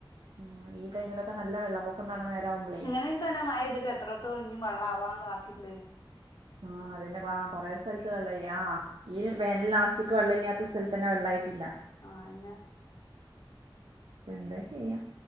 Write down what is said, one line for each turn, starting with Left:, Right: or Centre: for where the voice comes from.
Right: ഉം ഈ ടൈമിലൊക്കെ നല്ല വെള്ളപൊക്കം ഉണ്ടാവണ നേരം ആവുമ്പളേ
Left: <unintelligible> മയ പെയ്തിട്ട് എ എത്രത്തോളം ഇനിം വെള്ളം ആവാൻ വാക്കിണ്ട്
Right: ആഹ് അതന്നെ ആഹ് കൊറെ സ്ഥലത്ത് വെള്ളല്ല ആഹ് ഈ വേനൽ ലാസ്റ്റ് ക്ക് വെള്ള ഇല്ലാത്ത സ്ഥലത്ത് തന്നെ വെള്ളായിട്ടില്ല
Left: ആഹ് ന്ന
Right: എന്താ ചെയ്യാ,